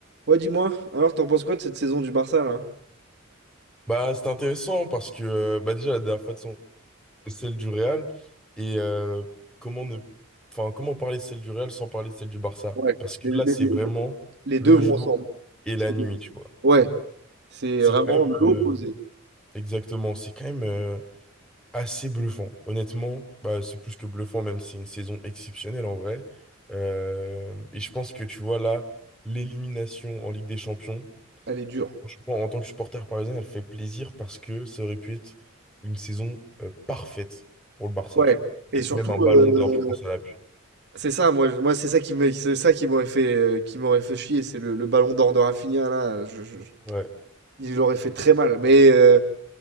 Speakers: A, on the right; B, in the centre.
A: Ouais, dis-moi, alors t'en penses quoi de cette saison du Barça là?
B: Bah, c'est intéressant parce que euh, bah, déjà la dernière fois, c'est celle du Real et euh, comment ne enfin comment parler de celle du Real sans parler de celle du Barça
A: Ouais,
B: parce que
A: les,
B: là
A: les-
B: c'est
A: les-
B: vraiment
A: les
B: le
A: deux vont
B: jour
A: ensemble.
B: et
A: C'est
B: la nuit,
A: des-
B: tu vois.
A: Ouais, c'est
B: C'est
A: vraiment
B: quand même
A: l'opposé.
B: euh, exactement, c'est quand même euh, assez bluffant. Honnêtement, bah, c'est plus que bluffant même si c'est une saison exceptionnelle en vrai. Euh, et je pense que tu vois là l'élimination en Ligue des Champions
A: Elle est dure.
B: Franchement, en tant que supporter parisien, elle fait plaisir parce que ça aurait pu être une saison euh, parfaite pour le Barça,
A: Ouais.
B: tu vois.
A: Et
B: Et que
A: surtout,
B: même un ballon
A: euh,
B: d'or, je pense, à l'appui.
A: c'est ça, moi, je- moi c'est ça qui me, c'est ça qui m'aurait fait, euh, qui m'aurait fait chier, c'est le, le ballon d'or de Rafinha là. je- je- je-
B: Ouais.
A: il aurait fait très mal. Mais euh,